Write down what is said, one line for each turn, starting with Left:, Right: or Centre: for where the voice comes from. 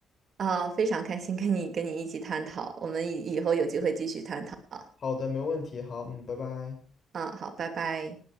Right: 啊，非常开心跟你跟你一起探讨，我们以以后有机会继续探讨啊。
Left: 好的，没问题。好，嗯，拜拜。
Right: 嗯，好，拜拜。